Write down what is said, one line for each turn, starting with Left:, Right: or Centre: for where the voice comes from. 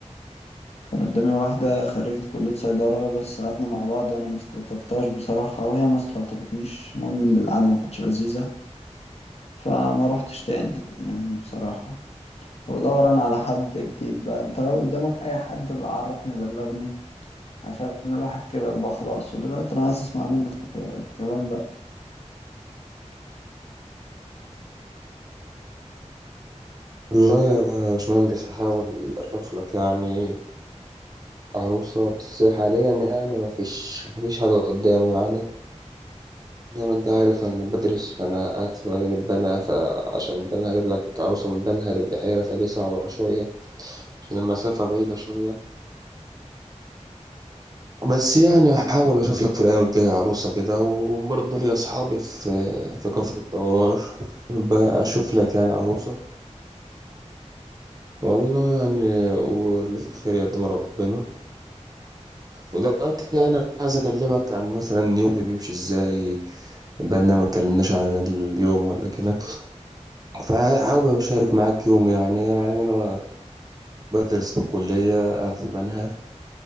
Left: كان قدامي واحدة خريجة كلية صيدلة بس قعدنا مع بعض أنا مستلطفتهاش بصراحة وهي ما استلطفتنيش المهم إن القعدة ما كانتش لذيذة فما روحتش تاني يعني بصراحة فبدور أنا على حد جديد بقى أنت لو قدامك أي حد بقى عرفني بلغني عشان الواحد كبر بقى خلاص ودلوقتي أنا عايز أسمع منك كلام بقى
Right: والله يا باشمهندس هحاول أشوف لك يعني عروسة بس حاليا يعني مفيش مفيش حاجة قدامي يعني زي ما أنت عارف أنا بدرس فأنا قاعد في مدينة بنها فعشان بنها أجيب لك عروسة من بنها للبحيرة فدي صعبة شوية عشان المسافة بعيدة شوية بس يعني هحاول أشوف لك في الأيام الجاية عروسة كده وبرضه لي أصحابي في في كفر الدوار بشوف لك يعني عروسة والله يعني واللي في الخير يقدم ربنا ودلوقتي يعني عايز اكلمك عن مثلا يومي بيمشي ازاي بقى ما اتكلمناش عن اليوم ولا كده فحابب اشارك معاك يومي يعني يعني انا بدرس في الكلية قاعد في بنها